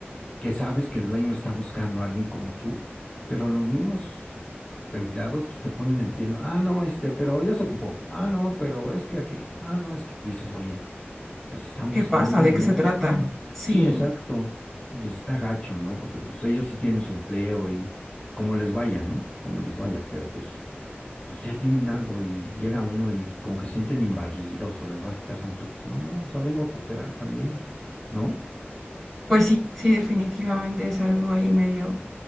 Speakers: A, on the left; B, in the centre.
A: que sabes que el dueño está buscando a alguien como tú, pero los mismos empleados pues te ponen el pie, ¿no? Ah, no, este, pero ya se ocupó. Ah, no, pero es que aquello. Ah, no, es que dices, oye pues están
B: ¿Qué
A: buscando
B: pasa? ¿De
A: o
B: qué
A: no.
B: se trata?
A: Ajá,
B: Sí,
A: sí, exacto. y Pues está gacho, ¿no? Porque pues ellos sí tienen su empleo y como les vaya, ¿no? Como les vaya, pero pues, pues ya tienen algo y llega uno y como que se sienten invadidos o les vas a quitar su empleo. Pues no, o sea, vengo a cooperar también, ¿no?
B: pues sí, sí, definitivamente es algo ahí medio,